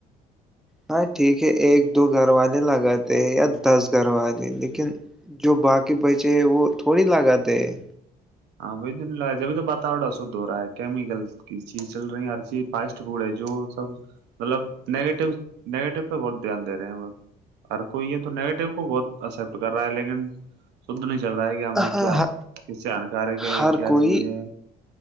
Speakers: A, in the centre; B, on the right (about 85°).
A: ہاں ٹھیک ہے ایک دو گھر والے لگاتے ہیں یا دس گھر والے لیکن جو باقی بچے ہیں وہ تھوڑی لگاتے ہیں
B: ہاں بائی تو جبھی تو باتور س د ہو رہا ہے کیمیکل کی چیز چل رہی ہر چیز پسٹ فڈ ہے جو سب مطلب نیگیٹیو نگیٹو پہ بہت دھیان د رہے ہیں ب ہ کوئی یہ تو نگیٹو کو بہت اسپٹ کر رہا ہے لیکن شھ چل رہا ہے گ ہمیں
A: ہاں
B: کیا
A: ہاں
B: کس سے آنے سارے گ
A: ہر
B: کیا
A: کوئی
B: چیز ہے